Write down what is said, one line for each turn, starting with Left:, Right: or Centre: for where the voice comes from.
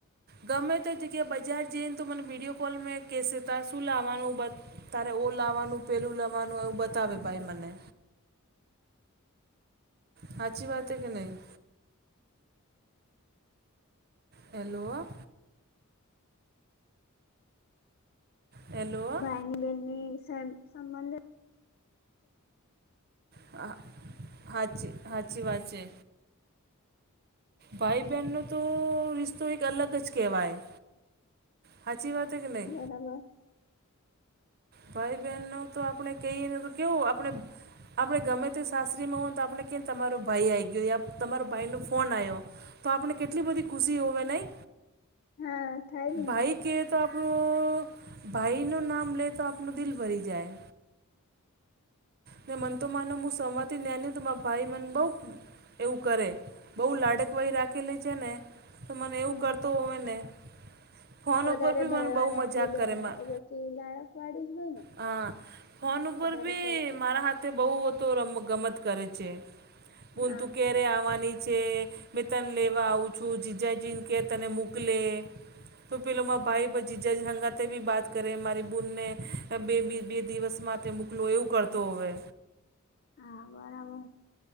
Right: ગમે તે તો જેગ્યા બજાર જઈને તો મને વિડીયો કોલમાં કહેસે હતા શું લાવવાનું બધ તારે ઓ લાાવવાનું પેલું લાવવાનું એવું બતાવે
Left: તમને
Right: ભાઈ
Left: તો
Right: મને અાછી વાત હૈ કે નહી હેલો હેલો.
Left: બની સંબંધ.
Right: હ, હાચી, હાચી વાત છે. ભાઈ બેનનો તો રિશતો એક અલગ જ કેવાય. હાચી વાતે કે નઈ?
Left: <unintelligible>
Right: ભાઈ બેનનો તો આપણે કહીએને તો કેવું આપણે આપણે ગમે તે સાસરીમાં હોય તો આપણે કે તમારો ભાઈ આયી ગયો તમારો ભાઈનો ફોન આયો. તો આપણે કેટલી બધી ખુશી હોવે નઈ.
Left: હા થાય જ ને
Right: ભાઈ કે તો આપણું ભાઈનું નામ લેતો આપ દિલ ભરી જાય. ને મન તો માનો હું સવાતી ન તો માર ભાઈ મને બો એવું કરે બો લાડકવાય રાખેલી છે ને. તો મને એવું
Left: હા
Right: કરતો હોય ને. ફોન
Left: વધારે
Right: ઉપર બી મને
Left: ભાઈઓ
Right: બોઉ
Left: અને
Right: મજાક
Left: એટલી બહેન
Right: કરે માં
Left: હોય તો પછી લાડક વાળી જ હોય ને
Right: હા. ફોન ઉપર
Left: વધારે
Right: ભી
Left: પડતું
Right: મા મારા હાથે બોઉ રમ ગમત કરે છે હુ
Left: હા
Right: તુ ક્યારે આવવાની છે. મેં તને લેવા આવું છું જીજાજીન કે તને મોકલે. તો પેલો મા ભાઈ પછી જજ હંગાતે બી બાત કરે મારી બૂનને બે બે દિવસમાં તે મૂકલો એવું કરતો હોવે.
Left: હા બરાબર